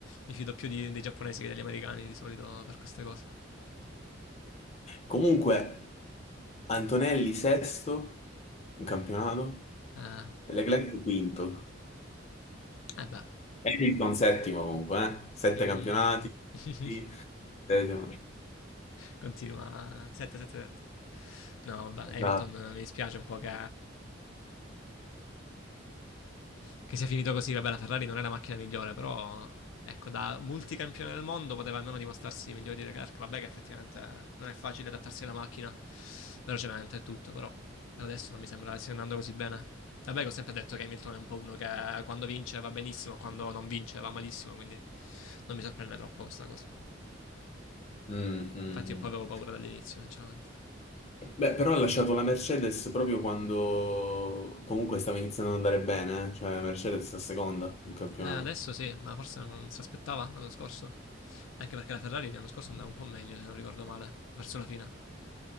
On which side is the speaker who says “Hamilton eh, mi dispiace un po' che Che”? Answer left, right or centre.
Left